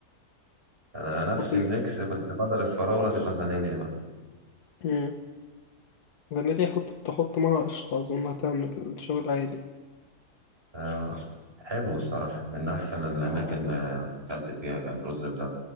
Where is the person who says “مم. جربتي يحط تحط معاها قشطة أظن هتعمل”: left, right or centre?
Left